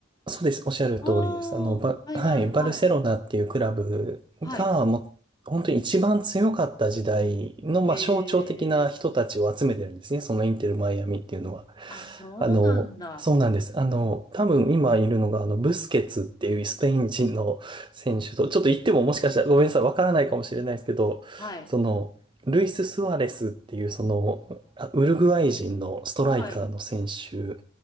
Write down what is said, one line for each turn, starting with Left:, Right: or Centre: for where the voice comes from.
Right: そうです。おっしゃる通りです。
Left: ああはいはいはい。
Right: あの、バはい、バルセロナっていうクラブが、
Left: はい。
Right: もう、本当に一番強かった時代の、まあ、
Left: へ
Right: 象徴的な人たちを集めてるんですね。
Left: え。
Right: そのインテル・マイアミっていうのは。
Left: あ、そうなんだ。
Right: あの、そうなんです。あの、多分今いるのが、あの、ブスケツっていうスペイン人の選手と、ちょっと言ってももしかしたらごめんなさい、わからないかもしれないですけど、
Left: はい。
Right: その、ルイス・スアレスっていう、その、あウルグアイ人のストライカーの選手、
Left: はい。